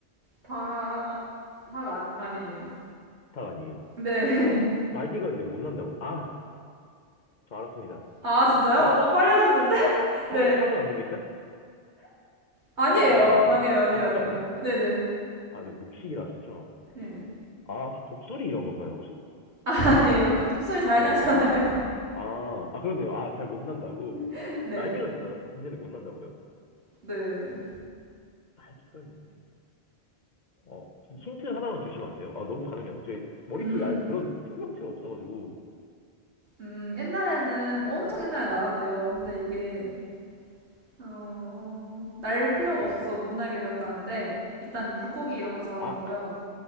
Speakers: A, on the right; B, on the left.
A: 다닭 아니 아니에요
B: 닭 아니에요?
A: 네어아
B: 어, 날개가 있는데 못 난다고? 아, 저 알았습니다.
A: <laughs> 진짜요
B: 혹시
A: 아, 너무 빨리 하셨는데 <laughs>
B: 타조,
A: 네
B: 타조 아닙니까?
A: 아니에요
B: 타조 아니에요, 타조?
A: 아니에요 아니에요
B: 아, 타조
A: 아니에요
B: 아니에요?
A: 네네
B: 아, 저 육식이라 하셨죠?
A: 네. <laughs>
B: 아, 혹시 독수리 이런 건가요, 혹시?
A: 아니에요 독수리 잘
B: 아니에요?
A: 날잖아요
B: 아, 아, 그렇네요. 아, 잘 못 난다고.
A: <laughs> 네
B: 날개가 있나, 있는데 못 난다고요?
A: 네
B: 날개가 있는데? 어, 힌트 하나만 주시면 안 돼요? 아, 너무 가늠이 제 머릿속에
A: 음
B: 아예 그런 생명체가 없어가지고.
A: 음, 옛날에는 엄청 옛날에 나갔대요.
B: 네,
A: 근데 이게 어, 날 필요가
B: 네.
A: 없어서 못 날게 되었다는데, 일단 물고기 이런 거 잡아먹고요.
B: 아,